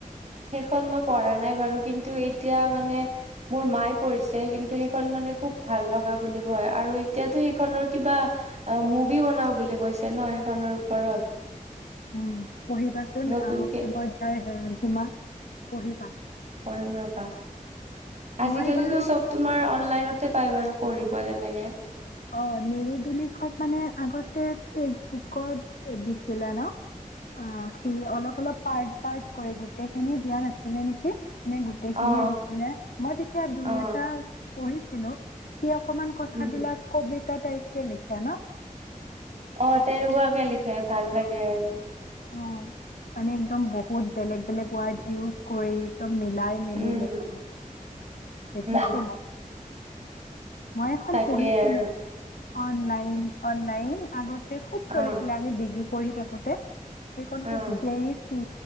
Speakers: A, on the right; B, on the left.
A: সেইখন মই পঢ়া নাই বাৰু কিন্তু এতিয়া মানে মোৰ মায়ে পঢ়িছে কিন্তু সেইখন মানে খুব ভাল লগা বুলি কয় আৰু এতিয়াতো সেইখনৰ কিবা অ মুভি বনাও বুলি কৈছে ন সেইখনৰ ওপৰত।
B: উ'ম পঢ়িবাচোন
A: নতুনকে
B: অসীমত যাৰ হেৰাল সীমা, পঢ়িবা।
A: পঢ়িম ৰবা, আজিকালিতো
B: মই বাৰু
A: চব তোমাৰ অনলাইনতে পাই বাৰু পঢ়িব তেনেকে।
B: অ নিৰিবিলিখন মানে আগতে ফেচবুকত দিছিলে ন?
A: <inaudible>
B: অ সি অলপ অলপ পাৰ্ট পাৰ্ট কৰে গোটেইখিনি দিয়া নাছিলে নেকি? নে গোটেইখিনিয়ে
A: অ
B: দিছিলে, মই তেতিয়া দুই
A: অ
B: এটা পঢ়িছিলো সি অকমান কথাবিলাক
A: উম
B: কবিতা টাইপ কে লিখে ন?
A: অ তেনেকুৱাকে লিখে ভাল লাগে আৰু।
B: অ মানে একদম বহুত বেলেগ-বেলেগ ৱাৰ্ড ইউজ কৰি একদম মিলাই মেলি
A: উম।
B: লিখে। দেখিছো
A: উম
B: মোক। মই এখন
A: তাকেই
B: পঢ়িছিলো,
A: আৰু
B: অনলাইন-অনলাইন আগতে- খুব চলিছিলে
A: অ
B: আমি ডিগ্ৰী পঢ়ি থাকোতে, সেইখন খুব
A: অ
B: J E C